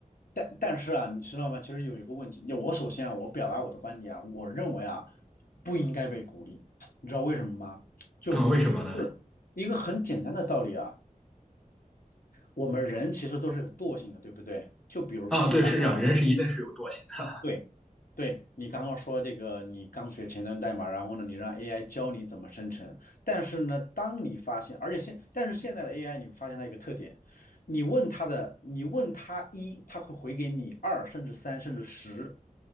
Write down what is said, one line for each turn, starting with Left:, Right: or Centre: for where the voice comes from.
Left: 但但是啊，你知道吗？其实有一个问题，我首先啊，我表达我的观点啊，我认为啊，不应该被鼓励，你知道为什么吗？就
Centre: 那、为什么呢？
Left: 就一个很简单的道理啊，我们人其实都是有惰性的，对不对？就比如说你刚刚说，
Centre: 啊，对，是这样，人是一定是有惰性的。
Left: 对，对，你刚刚说这个，你刚学前端代码，然后呢，你让 AI 教你怎么生成，但是呢，当你发现，而且现，但是现在的 AI，你发现它一个特点，你问它的，你问它一，它会回给你二，甚至三，甚至十。